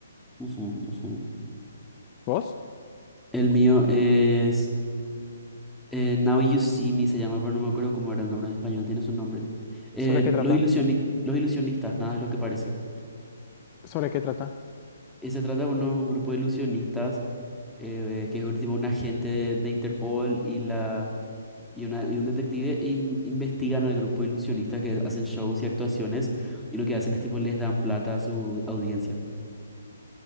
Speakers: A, in the centre; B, on the left (about 25°).
A: Ujú, ujú.
B: ¿Vos?
A: El mío es... eh, Now You See Me se llama, pero no me acuerdo cómo era el nombre en español. Tiene su nombre. Eh,
B: ¿Sobre qué trata?
A: Los ilusionis- Los ilusionistas, nada es lo que parece.
B: ¿Sobre qué trata?
A: Eh, se trata de uno- un grupo de ilusionistas eh, que es un- tipo un agente de, de Interpol y la... Y, una- y un detective in- investigan al grupo de ilusionistas que hacen shows y actuaciones y lo que hacen es tipo les dan plata a su audiencia.